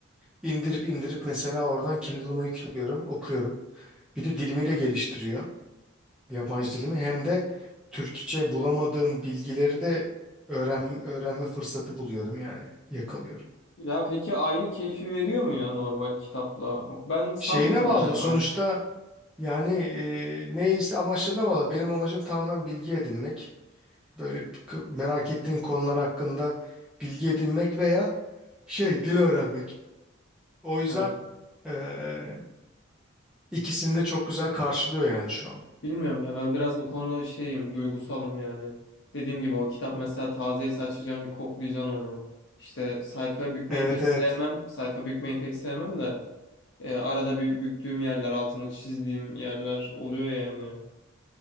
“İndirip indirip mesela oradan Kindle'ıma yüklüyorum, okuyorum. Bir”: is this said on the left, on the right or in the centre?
Centre